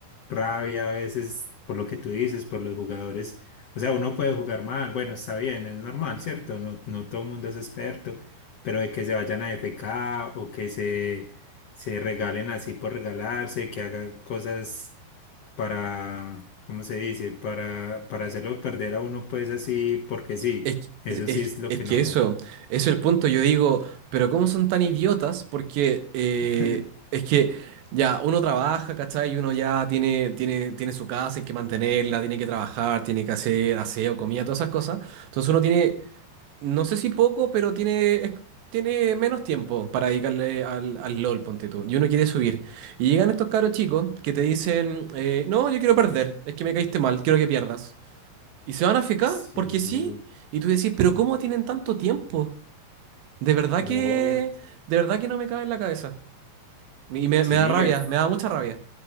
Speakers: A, on the left; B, on the right.
A: rabia a veces por lo que tú dices, por los jugadores. O sea, uno puede jugar mal, bueno, está bien, es normal, ¿cierto? No, no todo el mundo es experto, pero de que se vayan a F K o que se, se regalen así por regalarse, que hagan cosas para, ¿cómo se dice? Para, para hacerlo perder a uno pues así porque sí.
B: Es,
A: Eso
B: es-
A: sí es lo
B: es
A: que
B: que
A: no.
B: eso, eso es el punto. Yo digo, pero ¿cómo son tan idiotas? Porque eh,
A: <laughs>
B: es que ya uno trabaja, ¿cachai? Y uno ya tiene, tiene, tiene su casa, hay que mantenerla, tiene que trabajar, tiene que hacer aseo, comida, todas esas cosas. Entonces uno tiene, no sé si poco, pero tiene, es- tiene menos tiempo para dedicarle al, al LOL, ponte tú. Y uno quiere subir. Y llegan estos caros chicos que te dicen, eh, no, yo quiero perder, es que me caíste mal, quiero que pierdas. Y se van a fecar,
A: Sí,
B: porque sí. Y tú decís, pero ¿cómo tienen tanto tiempo? De verdad
A: no.
B: que, de verdad que no me cabe en la cabeza. Y me,
A: Sí,
B: me da rabia,
A: es-
B: me da mucha rabia.